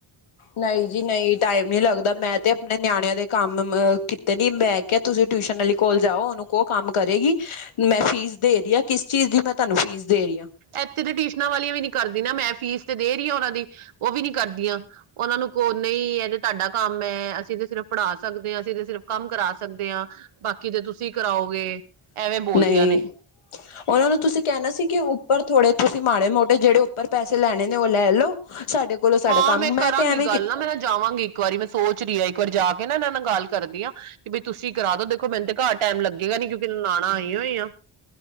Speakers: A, on the left; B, on the right.
A: ਨਈ ਜੀ ਨਈ ਟਾਈਮ ਨੀ ਲੱਗਦਾ
B: ਇੱਕ ਅੱਧਾ
A: ਮੈਂ
B: ਵਰਡ
A: ਤੇ ਆਪਣੇ ਨਿਆਣਿਆਂ ਦੇ ਕੰਮ ਕੀਤੇ ਨੀ ਮੈਂ
B: ਯਾਦ
A: ਕਿਹਾ
B: ਨਹੀਂ
A: ਤੁਸੀਂ
B: ਆਤਾ
A: ਟਿਊਸ਼ਨ
B: ਕੁਛ।
A: ਆਲੀ ਕੋਲ ਜਾਓ ਉਹਨੂੰ ਕਹੋ ਕੰਮ ਕਰੇਗੀ ਮੈਂ ਫੀਸ ਦੇ ਰਹੀ ਹਾਂ ਕਿਸ ਚੀਜ਼ ਦੀ ਮੈਂ ਤੁਹਾਨੂੰ ਫੀਸ ਦੇ ਰਹੀ ਹਾਂ।
B: ਇੱਥੇ ਤਾਂ ਟਿਊਸ਼ਨਾਂ ਵਾਲੀਆਂ ਵੀ ਨੀ ਕਰਦੀ ਨਾ ਮੈਂ ਫੀਸ ਤੇ ਦੇ ਰਹੀ ਹਾਂ ਉਹਨਾਂ ਦੀ ਉਹ ਵੀ ਨੀ ਕਰਦੀਆਂ। ਉਹਨਾਂ ਨੂੰ ਕੋ ਨਹੀਂ ਇਹ ਤੇ ਤੁਹਾਡਾ ਕੰਮ ਹੈ ਅਸੀਂ ਤੇ ਸਿਰਫ ਪੜ੍ਹਾ ਸਕਦੇ ਹਾਂ ਅਸੀਂ ਤੇ ਸਿਰਫ ਕੰਮ ਕਰਾ ਸਕਦੇ ਆ ਬਾਕੀ ਤੇ ਤੁਸੀਂ ਕਰਾਓਗੇ ਐਵੇਂ ਬੋਲਦੀਆਂ
A: ਨਹੀਂ
B: ਨੇ।
A: ਉਹਨਾਂ ਨੂੰ ਤੁਸੀਂ ਕਹਿਣਾ ਸੀ ਕਿ ਉੱਪਰ ਥੋੜ੍ਹੇ ਤੁਸੀਂ ਮਾੜੇ ਮੋਟੇ ਜਿਹੜੇ ਉੱਪਰ ਪੈਸੇ ਲੈਣੇ ਨੇ ਉਹ ਲੈ ਲਓ। ਸਾਡੇ ਕੋਲੋਂ ਸਾਡਾ
B: ਹਾਂ
A: ਕੰਮ ਮੈਂ
B: ਕਰਾਂਗੀ
A: ਤੇ ਐਵੇਂ
B: ਗੱਲ
A: ਕੀਤਾ।
B: ਨਾ ਮੈਂ ਨਾ ਜਾਵਾਂਗੀ ਇੱਕ ਵਾਰੀ ਮੈਂ ਸੋਚ ਰਹੀ ਹਾਂ ਇੱਕ ਵਾਰੀ ਜਾ ਕੇ ਨਾ ਇਹਨਾਂ ਨਾਲ ਗੱਲ ਕਰਦੀ ਹਾਂ। ਕਿ ਬਈ ਤੁਸੀਂ ਕਰਾ ਦੋ ਦੇਖੋ ਮੈਨੂੰ ਤੇ ਘਰ ਟਾਈਮ ਲੱਗੇਗਾ ਨੀ ਕਿਉਂਕਿ ਨਨਾਣਾ ਆਈਆ ਹੋਈਆ।